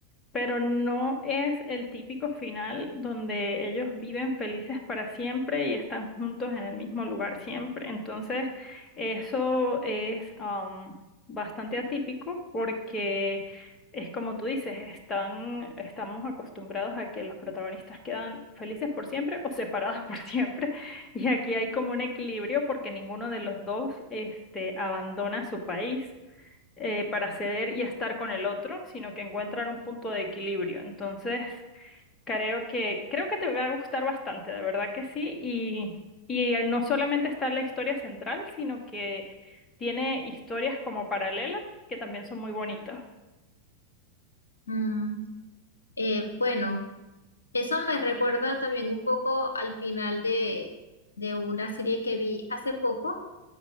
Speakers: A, on the left; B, on the left.
A: pero no es el típico final donde ellos viven felices para siempre y están juntos en el mismo lugar siempre. Entonces, eso es am, bastante atípico porque es como tú dices, están, estamos acostumbrados a que los protagonistas quedan felices por siempre o separados <laughs> por siempre. Y aquí hay como un equilibrio porque ninguno de los dos este, abandona su país eh, para ceder y estar con el otro, sino que encuentran un punto de equilibrio. Entonces, creo que, creo que te va a gustar bastante, de verdad que sí. Y, y eh, no solamente está la historia central, sino que tiene historias como paralelas que también son muy bonitas.
B: Mm, eh, bueno, eso me recuerda también un poco al final de, de una serie que vi hace poco